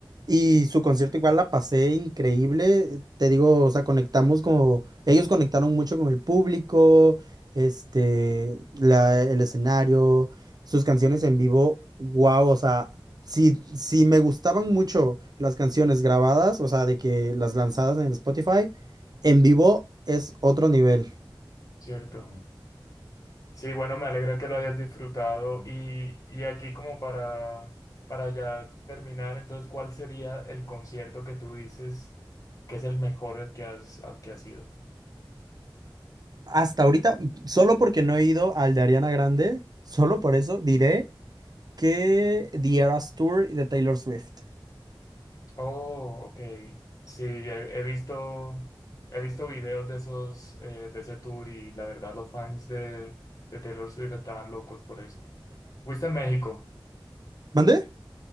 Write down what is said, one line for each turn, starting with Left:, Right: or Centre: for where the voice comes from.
Right: Y su concierto igual la pasé increíble, te digo, o sea, conectamos como, ellos conectaron mucho con el público, este, la- el escenario, sus canciones en vivo, wow, o sea, si, si me gustaban mucho las canciones grabadas, o sea, de que las lanzadas en Spotify, en vivo es otro nivel.
Left: Cierto. Sí, bueno, me alegra que lo hayas disfrutado. Y, y aquí como para, para ya terminar, entonces, ¿cuál sería el concierto que tú dices que es el mejor al que has, al que has ido?
Right: Hasta ahorita, solo porque no he ido al de Ariana Grande, solo por eso diré que The Eras Tour de Taylor Swift.
Left: Oh, ok. Sí, he, he visto, he visto videos de esos, eh, de ese tour y la verdad los fans de, de Taylor Swift estaban locos por eso. ¿Fuiste a México?
Right: ¿Mandé?